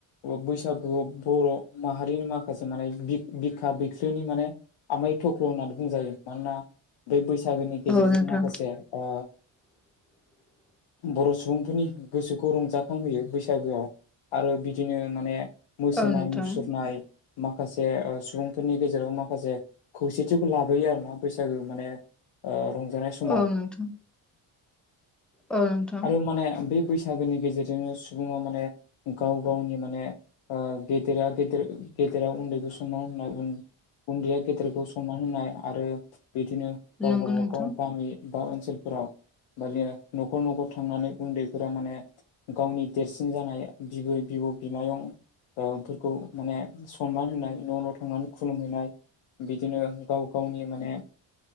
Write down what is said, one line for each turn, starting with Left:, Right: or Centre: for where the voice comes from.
Left: ओ बैसागु बर' माहारिनि माखासे माने बिब बिखा बिखोनि माने आमाय थख्ल' होननानै बुंजायो मानोना बै बैसागोनि गेजेरजों
Centre: औ नोंथां
Left: माखासे ओ।
Centre: <unintelligible>
Left: बर' सुबुंफोरनि गोसोखौ रंजाखांहोयो बैसागोआ। आरो बिदिनो माने मोसानाय
Centre: औ नोंथां
Left: मुसुरनाय। माखासे ओ सुबुंफोरनि गेजेराव माखासे खौसेथिखौ लाबोयो आरो ना बैसागो माने ओ रंजानाय समाव।
Centre: औ नोंथां औ नोंथां
Left: आरो माने बे बैसागोनि गेजेरजोंनो सुबुङा माने गाव गावनि माने ओ गेदेरा गेदेर गेदेरा उन्दैखौ समाव होनाय उन उन्दैया गेदेरखौ सनमान होनाय आरो बिदिनो गावबागाव
Centre: नंगौ नोंथां
Left: गाव गामि ओ ओनसोलफोराव मानिया न'खर न'खर थांनानै उन्दैफोरा माने गावनि देरसिन जानाय बिबै बिबौ बिमायं। <unintelligible> फोरखौ माने सनमान होनाय न' न' थांनानै खुलुमहैनाय बिदिनो। गाव गावनि माने